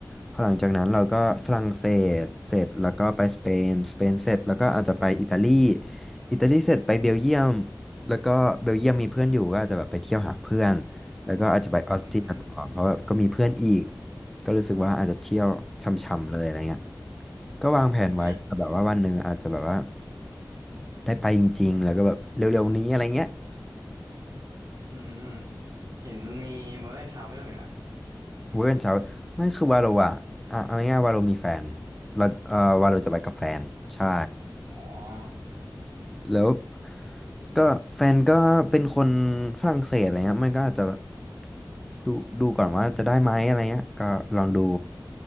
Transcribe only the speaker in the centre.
พอหลังจากนั้นเราก็ฝรั่งเศสเสร็จแล้วก็ไปสเปนสเปนเสร็จแล้วก็อาจจะไปอิตาลีอิตาลีเสร็จไปเบลเยียมแล้วก็เบลเยียมมีเพื่อนอยู่ก็อาจจะแบบไปเที่ยวหาเพื่อน แล้วก็อาจจะไปออสเตรียต่อเพราะแบบก็มีเพื่อนอีก
ก็รู้สึกว่าอาจจะเที่ยวช่ำๆเลยอะไรเงี้ยก็วางแผนไว้แต่แบบว่าวันหนึ่งอาจจะแบบว่า
ได้ไปจริงๆแล้วก็แบบเร็วๆนี้อะไรเงี้ย
เวอร์กแอนด์เช้าไม่คือวาโรอะอ่ะเอาง่ายๆวาโรมีแฟนเราเอ่อวาโรจะไปกับแฟนใช่
แล้วก็แฟนก็เป็นคนฝรั่งเศสอะไรเงี้ยมันก็อาจจะแบบดูดูก่อนว่าจะได้ไหมอะไรเงี้ยก็ลองดู